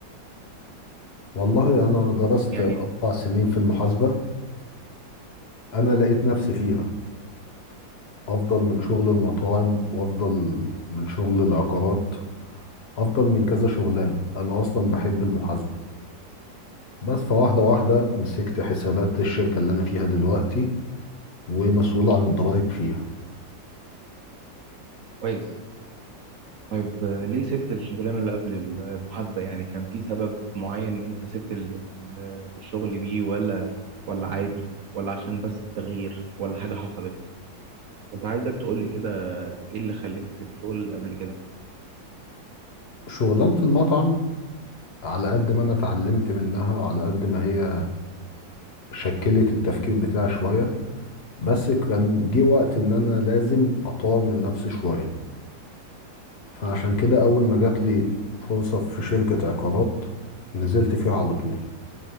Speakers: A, on the left; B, on the right.
A: والله أنا درست
B: يعني
A: أربع سنين في المحاسبة أنا لقيت نفسي فيها أفضل من شغل المطاعم وأفضل من شغل العقارات أفضل من كذا شغلانة أنا أصلا بحب المحاسبة بس فواحدة واحدة مسكت حسابات الشركة اللي أنا فيها دلوقتي ومسؤول عن الضرايب فيها
B: كويس طيب آه، ليه سبت الشغلانة اللي قبل المحاسبة يعني كان في سبب معين انت سبت ال- ال- الشغل بيه ولا ولا عادي ولا عشان بس التغيير ولا حاجة حصلت؟ كنت عايزك تقول لي كده ايه اللي خلاك بتقول قبل كده
A: شغلانة المطعم على قد ما انا اتعلمت منها وعلى قد ما هي شكلت التفكير بتاعي شوية بس كان جه وقت ان انا لازم اطور من نفسي شوية فعشان كده اول ما جات لي فرصة في شركة عقارات نزلت فيها على طول